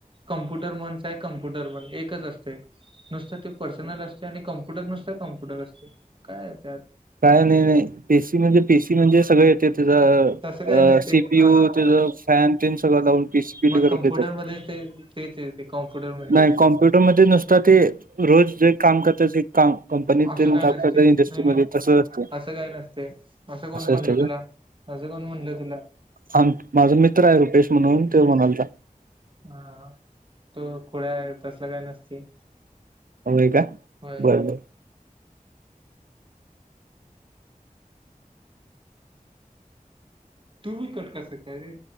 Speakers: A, on the right; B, on the right.
A: कम्प्युटर मणच आहे कम्प्युटर मण एकच असते. नुसतं ते पर्सनल असते आणि कम्प्युटर नुसत कम्प्युटर असते, काय त्यात.
B: काय नाही नाही पी, म्हणजे पीसी म्हणजे सगळे ते त्याचा,
A: तसं काय नसते
B: सीपीयू
A: हा हा
B: त्याचा फॅन ते सगळं लावून पीसीपी
A: मग
B: करून
A: कम्प्युटर
B: देतात.
A: मध्ये ते तेच येते कॉम्प्युटर म्हणजे
B: नाही कॉम्प्युटरध्ये नुसत ते, रोज जे काम करत काम, कंपनी
A: असं
B: काम
A: काय
B: करतात
A: नसते
B: इंडस्ट्रीमध्ये.
A: नाही नाही
B: तसं
A: असं
B: असते
A: काही नसते, असं कोण म्हटलं
B: असते
A: तुला
B: का
A: असं कोण म्हटलं तुला.
B: थांब, माझा मित्र आहे रुपेश म्हणून ते म्हणालता.
A: हा, तो खुळ्या तसला काय नसते.
B: होय का,
A: होय
B: बर - बर.
A: तू कट कसा काय रे?